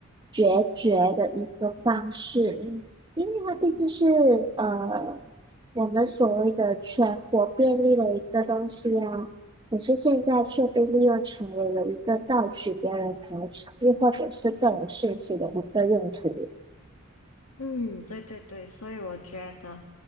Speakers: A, on the right; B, on the left.
A: 决绝的一个方式，因因为它毕竟是呃我们所谓的全国便利的一个东西啊，可是现在却被利用成为了一个盗取别人财产，又或者是个人信息的一个用途
B: 嗯，对对对，所以我觉得，